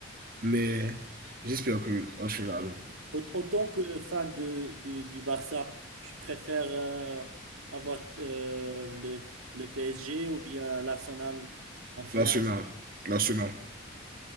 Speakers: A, on the right; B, on the right.
A: mais j'espère que l'Arsenal,
B: Aut- Autant que fan de, de- du Barça, tu préfères euh, avoir euh, le, le PSG ou bien l'Arsenal en finale?
A: l'Arsenal, l'Arsenal,